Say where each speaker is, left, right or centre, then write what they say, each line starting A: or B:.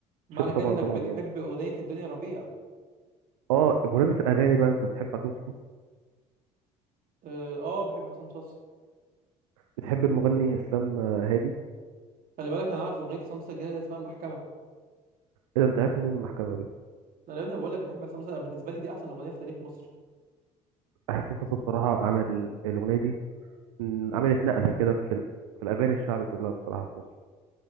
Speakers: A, on the right; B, on the right.
A: معنى
B: الشتاء
A: كده
B: طبعا
A: انك
B: طبعا
A: بتحب
B: يعني
A: اغنيه الدنيا ربيع
B: اه بمناسبة الاغاني بقى انت بتحب عصام صاصا
A: اه آه، بحب عصام صاصا
B: بتحب المغني اسلام هادي
A: خلي بالك انا عارف اغنيه عصام صاصا الجديده اللي اسمها المحكمه
B: ايه ده انت عرفت منين المحكمة دي
A: ده انا يا ابني بقول لك بحب عصام صاصا بالنسبه لي دي احسن اغنيه في تاريخ مصر
B: عصام صاصا بصراحة عمل الاغنية دي م، عملت نقلة كده في ال... في الاغاني الشعبي كلها بصراحة في مصر